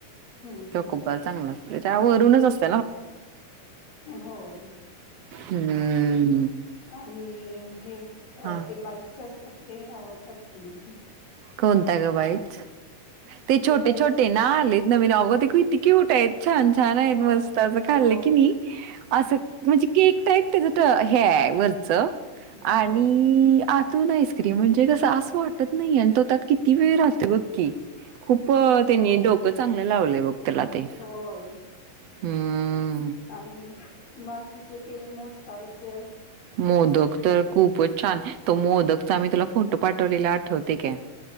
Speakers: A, on the left (about 85°); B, on the right (about 70°).
A: हम्म
B: चोकोबार
A: हम्म
B: चांगला त्या वरूनच असत
A: होय
B: हम्म
A: आणि हे
B: हा
A: ते बाईकच असतात ते आवडतात की नाही
B: कोणत ग बाईच ते छोटे
A: बाईट्स
B: छोटे
A: असतात
B: ना आलेत नवीन अगं
A: हम्म
B: ते कती क्यूट आहेत छान छान आहेत
A: हो
B: मस्त अस
A: होय
B: खाल्लं की नाही असं म्हणजे केक टाईप त्याज हे वर - च
A: होय
B: आणि आ- तुण आईक्रीम म्हणजे कस- सासवट- नाही आण तो त्यात किती वेळ राहत बग की खूप
A: हो
B: त्यांनी डोकं चांगलं लावलंय बघ त्याला ते-
A: होय
B: हम्म.
A: आणि बास- तीच ते मो- कायचय-
B: मोदक तर खूपच छान तो मोदक- आम्ही तुला फोटो पाठवलेला आठवते काय-